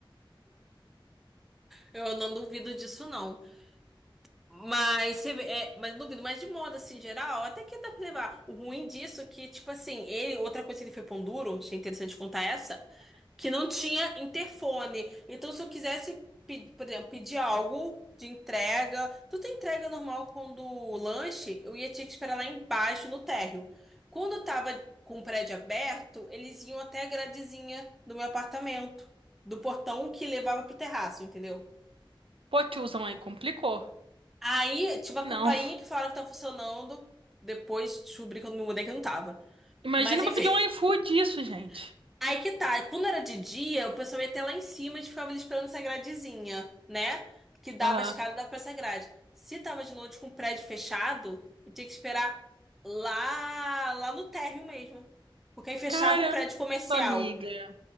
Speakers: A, in the centre; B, on the right.
A: Eu não duvido disso, não. Mas, você vê- é, mas não duvido, mas de moda assim, em geral, até que dá pra levar. O ruim disso é que, tipo assim, ele, outra coisa que ele foi pão duro, achei interessante contar essa, que não tinha interfone. Então, se eu quisesse, pe- por exemplo, pedir algo de entrega, tudo é entrega normal quando o lanche, eu ia ter que esperar lá embaixo no térreo. Quando eu tava com o prédio aberto, eles iam até a gradezinha do meu apartamento, do portão que levava pro terraço, entendeu?
B: Pô, tiozão aí complicou.
A: Aí, tive a campainha
B: Não.
A: que falaram que tá funcionando. Depois descobri quando me mudei que não tava.
B: Imagina
A: Mas enfim.
B: pra pedir um iFood isso, gente.
A: <laughs> Aí que tá. Quando era de dia, o pessoal ia até lá em cima e ficava ali esperando essa gradezinha, né? Que dava
B: Aham.
A: a escada e dava pra essa grade. Se tava de noite com o prédio fechado, eu tinha que esperar lá, lá no térreo mesmo. Porque aí fechava
B: Caramba,
A: o prédio comercial.
B: amiga.